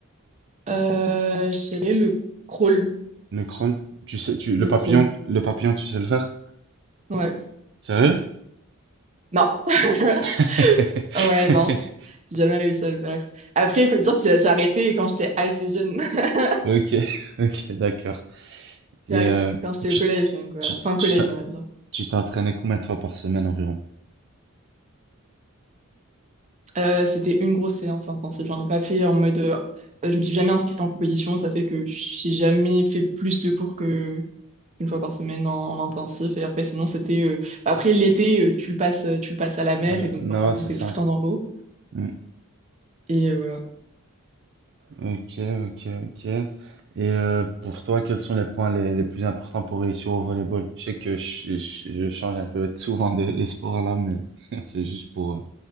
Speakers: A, on the right; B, on the right.
A: euh, je dirais le crawl.
B: le crawl. Tu sais, tu...
A: Le
B: le papillon,
A: crawl.
B: le papillon, tu sais le faire?
A: Ouais.
B: Sérieux?
A: Non. <laughs>
B: <laughs>
A: Ouais, non, j'ai jamais réussi à le faire. Après, il faut dire que j'ai j'ai arrêté quand j'étais assez jeune. <laughs>
B: Ok, <laughs> ok, d'accord. Et
A: J'ai arrêté
B: euh,
A: quand j'étais
B: tu,
A: au collège, donc voilà.
B: tu,
A: Fin
B: tu
A: collège,
B: t'en-
A: on va dire.
B: tu t'entraînais combien de fois par semaine environ?
A: Euh, c'était une grosse séance intensive. J'en ai pas fait en mode. euh, euh, je me suis jamais inscrite en compétition. Ça fait que j'ai jamais fait plus de cours que une fois par semaine en, en intensif. Et après, sinon, c'était... euh, bah, après, l'été, euh, tu le passes, euh, tu le passes à la mer
B: Ah, non,
A: et donc
B: non,
A: forcément,
B: ouais, c'est
A: t'es
B: ça.
A: tout le temps dans l'eau.
B: Mm.
A: Et euh, voilà.
B: Ok, ok, ok. Et euh, pour toi, quels sont les points les, les plus importants pour réussir au volleyball? Je sais que je, je- je change un peu <laughs> souvent de, de sport là, mais <laughs> c'est juste pour, euh,